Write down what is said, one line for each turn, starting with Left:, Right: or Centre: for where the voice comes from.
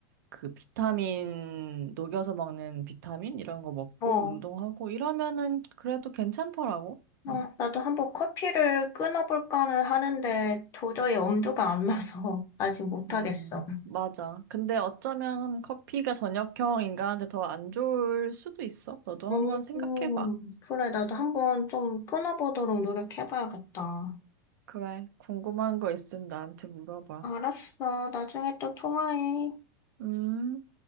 Right: 그 비타민 녹여서 먹는 비타민 이런 거 먹고
Left: 어.
Right: 운동하고 이러면은 그래도 괜찮더라고.
Left: 어,
Right: 응.
Left: 나도 한번 커피를 끊어볼까는 하는데 도저히 엄두가 안 나서 <laughs> 아직 못하겠어.
Right: 음, 맞아. 근데 어쩌면 커피가 저녁형 인간한테 더 안 좋을 수도 있어. 너도
Left: 음,
Right: 한번 생각해봐.
Left: 그래, 나도 한번 좀 끊어보도록 노력해봐야겠다.
Right: 그래, 궁금한 거 있으면 나한테 물어봐.
Left: 알았어. 나중에 또 통화해.
Right: 음.